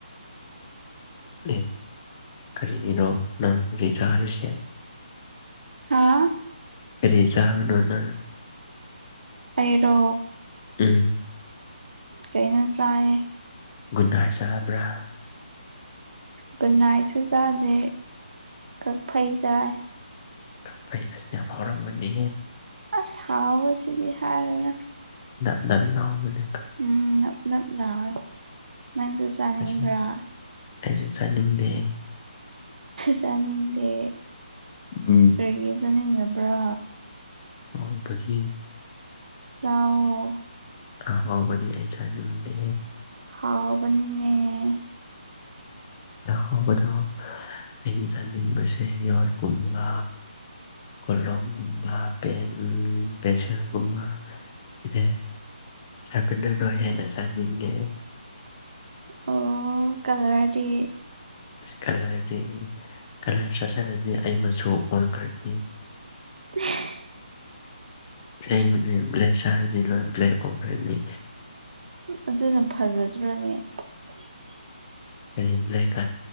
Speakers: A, on the left; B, on the right.
A: ꯑꯦ ꯀꯔꯤꯒꯤꯅꯣ ꯅꯪ ꯖꯤ ꯆꯥꯔꯤꯁꯦ
B: ꯍꯥꯥ
A: ꯀꯔꯤ ꯆꯥꯕꯅꯣꯅꯪ
B: ꯑꯩꯔꯣ
A: ꯎꯝ
B: ꯀꯩꯅ ꯆꯥꯏ
A: ꯒꯨꯟ ꯍꯥꯏ ꯆꯥꯕ꯭ꯔꯥ
B: ꯒꯟꯅꯥꯏꯁꯨ ꯆꯥꯗꯦ ꯀꯛ ꯐꯩꯖꯥꯏ
A: ꯁꯅ ꯌꯥꯝꯔꯪꯕꯅꯤ
B: ꯑꯁ ꯍꯥꯎꯕꯁꯤꯗꯤ ꯍꯥꯏꯔꯅ
A: ꯗꯝ ꯌꯥꯒ
B: ꯎꯝꯞꯅꯞꯅꯣꯏ ꯅꯪꯁꯨ ꯆꯥꯅꯤꯡꯕ꯭ꯔꯥ
A: ꯑꯁ ꯑꯩꯁꯨ ꯆꯠꯅꯤꯡꯗꯦ
B: ꯆꯥꯅꯤꯡꯗꯦ
A: ꯎꯝ
B: ꯑꯩꯒꯤ ꯆꯅꯤꯡꯗ ꯄꯨꯕ꯭ꯔꯥ
A: ꯑꯥꯎꯕꯒꯤ
B: ꯌꯥꯑꯣ
A: ꯑꯥꯎ ꯃꯗꯤ ꯑꯩ ꯆꯅꯤꯡꯗꯦ
B: ꯍꯥꯎꯕꯅꯤꯅꯦ
A: ꯍꯣꯕꯗꯣ ꯑꯩꯅ ꯆꯥꯅꯤꯡꯕꯁꯦ ꯌꯔ ꯀꯨꯝꯕ ꯀꯣꯂꯣꯝꯒꯨꯝꯕ ꯄꯦꯟ ꯃꯦꯁꯔꯒꯨꯝꯕ ꯏꯔ ꯆꯔꯄꯦꯟꯗꯔꯗꯣ ꯍꯦꯟꯅ ꯆꯥꯅꯤꯡꯉꯦ
B: ꯑꯣ ꯀꯂꯋꯥꯗꯤ
A: ꯀꯂꯔꯗꯤ ꯀꯂꯔ ꯆꯥꯁꯤꯜꯂꯗꯤ ꯑꯩ ꯃꯆꯨ ꯑꯣꯟꯈ꯭ꯔꯛꯅꯤ
B: <inaudible>
A: ꯂꯩꯕꯅꯦ ꯕ꯭ꯂꯦꯛ ꯆꯅꯤ ꯕ꯭ꯂꯦꯛ ꯑꯣꯅꯤ
B: ꯑꯗꯨꯅ ꯐꯖꯗ꯭ꯔꯣꯅꯦ <inaudible>
A: ꯒ꯭ꯔꯤꯟ ꯕ꯭ꯂꯦꯛꯀ